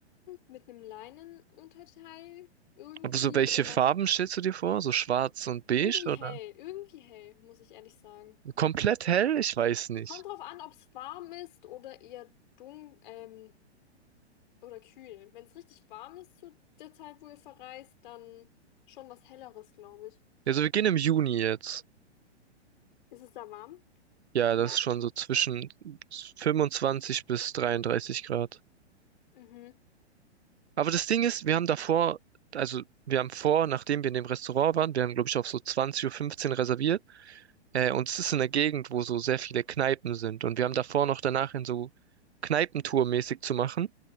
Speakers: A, on the left (about 45°); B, on the right (about 70°).
A: mit einem Leinenunterteil irgendwie
B: Und so welche
A: und
B: Farben
A: dann
B: stellst du dir vor? So schwarz und beige
A: Irgendwie
B: oder
A: hell, irgendwie hell, muss ich ehrlich sagen.
B: komplett hell? Ich weiß nicht.
A: Kommt drauf an, ob es warm ist oder eher dunkel, ähm, oder kühl. Wenn es richtig warm ist zu der Zeit, wo ihr verreist, dann schon was Helleres, glaube ich.
B: Also wir gehen im Juni jetzt.
A: Ist es da warm
B: Ja,
A: in
B: das
A: Japan?
B: ist schon so zwischen 25 bis 33 Grad.
A: Mhm.
B: Aber das Ding ist, wir haben davor, also wir haben vor, nachdem wir in dem Restaurant waren, wir haben glaube ich auf so 20.15 Uhr fünfzehn reserviert. Äh, und es ist in der Gegend, wo so sehr viele Kneipen sind. Und wir haben davor noch danach in so Kneipentour mäßig zu machen.